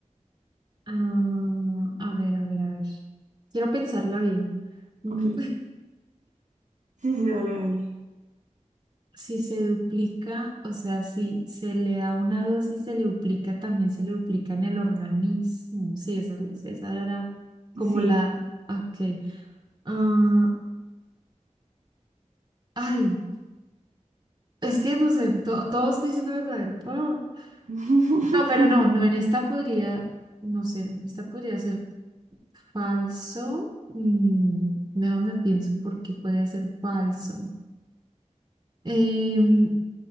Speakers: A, on the right; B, on the right.
A: Ah, a ver, a ver, a ver. Quiero pensarla bien. Mm,
B: Ok.
A: <laughs>
B: Sí, sí, dale, dale.
A: Si se duplica, o sea, si se le da una dosis, se le duplica, también se le duplica en el organismo. Sí, esa, esa era
B: Sí.
A: como la, ok. Ah, ay, Es que no sé, to- todo estoy diciendo verdadero. Ah,
B: <laughs>
A: No, pero no, no, en esta podría, no sé, en esta podría ser falso. Mm, déjame pienso por qué podría ser falso. Em,